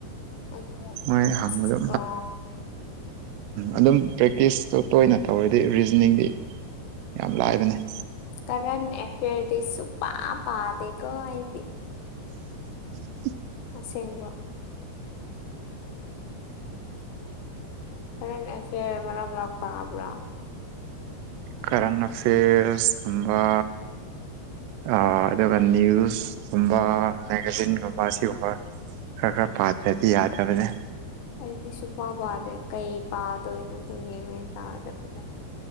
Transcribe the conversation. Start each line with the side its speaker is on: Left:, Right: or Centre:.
Left: ꯑꯗꯨ
Right: ꯃꯣꯏ
Left: ꯃꯦꯁꯤꯀꯣ
Right: ꯍꯪꯕꯗꯣ ꯑꯗꯨꯝ ꯄ꯭ꯔꯦꯛꯇꯤꯁꯇꯣ ꯇꯣꯏꯅ ꯇꯧꯔꯗꯤ ꯔꯤꯖꯅꯤꯡꯗꯤ ꯌꯥꯝ ꯂꯥꯏꯕꯅꯦ
Left: ꯀꯔꯦꯟ ꯑꯦꯐꯤꯌꯔꯗꯤ ꯁꯨꯄꯥ ꯄꯥꯗꯦꯀꯣ ꯑꯩꯗꯤ
Right: ꯎ
Left: ꯑꯁꯦꯡꯕꯨ ꯐꯔ ꯐꯦ ꯃꯔ ꯂꯥꯛꯄ ꯍꯥ ꯄꯨꯔꯥ
Right: ꯀꯔꯦꯟ ꯑꯐꯦꯔꯁ ꯑꯗꯨꯒꯕ ꯑ ꯑꯗꯨꯒ ꯅ꯭ꯌꯨꯁꯀꯨꯝꯕ ꯃꯦꯒꯥꯖꯤꯟꯒꯨꯝꯕ ꯁꯤꯒꯨꯝꯕ ꯀ ꯈꯔ ꯄꯥꯖꯗꯤ ꯌꯥꯗꯕꯅꯦ
Left: ꯑꯩꯗꯤ ꯁꯨꯡ ꯄ ꯄꯥꯗꯦ ꯀꯩ ꯄꯥꯗꯣꯏꯅꯣ ꯁꯨꯝ ꯌꯦꯡꯉ ꯇꯥꯔꯗꯕꯤꯗꯣ